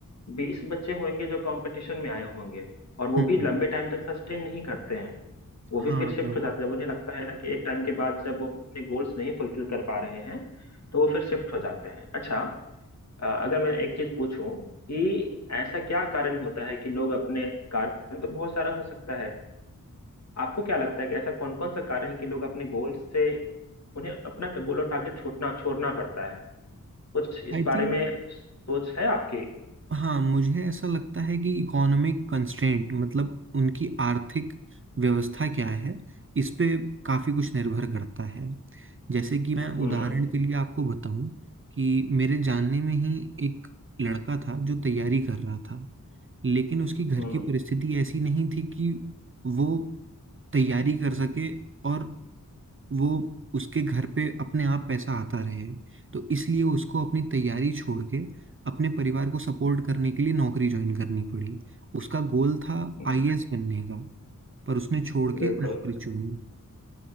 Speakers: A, on the left; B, on the right.
A: बीस बच्चे होंगे जो कंपटीशन में आए होंगे और वो
B: हम्म
A: भी लंबे टाइम तक सस्टेन नहीं करते हैं वो भी
B: हाँ
A: फिर शिफ्ट
B: हाँ
A: हो जाते हैं जब उन्हें लगता है ना कि एक टाइम के बाद जब वो अपने गोल्स नहीं फुलफिल कर पा रहे हैं तो वो फिर शिफ्ट हो जाते हैं अच्छा अ, अगर मैं एक चीज पूछूं कि ऐसा क्या कारण होता है कि लोग अपने कारण तो बहुत सारा हो सकता है आपको क्या लगता है कि ऐसा कौन कौन सा कारण है कि लोग अपने गोल से उन्हें अपना गोल और टारगेट छोड़ना छोड़ना पड़ता है कुछ इस
B: आई
A: बारे
B: थिंक
A: में सोच है आपकी
B: हाँ मुझे ऐसा लगता है कि इकोनॉमिक कंस्ट्रेंट मतलब उनकी आर्थिक व्यवस्था क्या है इस पे काफ़ी कुछ निर्भर करता है जैसे कि मैं
A: हम्म
B: उदाहरण के लिए आपको बताऊं कि मेरे जानने में ही एक लड़का था जो तैयारी कर रहा था लेकिन उसकी घर
A: हम्म
B: की परिस्थिति ऐसी नहीं थी कि वो तैयारी कर सके और वो उसके घर पे अपने आप पैसा आता रहे तो इसलिए उसको अपनी तैयारी छोड़ के अपने परिवार को सपोर्ट करने के लिए नौकरी ज्वाइन करनी पड़ी उसका गोल था
A: हाँ,
B: आईएएस बनने का पर उसने छोड़
A: बिल्कुल
B: के नौकरी चुनी